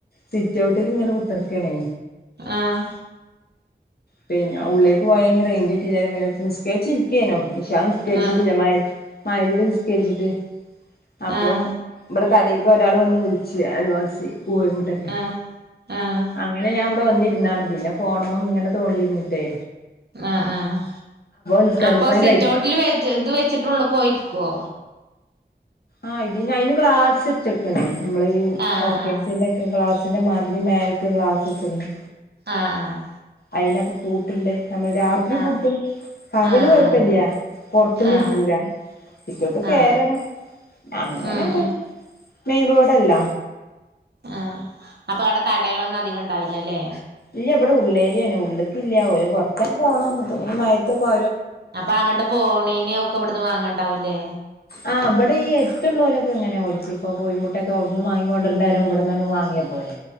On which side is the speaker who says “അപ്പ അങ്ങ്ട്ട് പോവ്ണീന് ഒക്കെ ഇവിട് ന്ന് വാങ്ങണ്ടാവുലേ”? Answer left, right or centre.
Right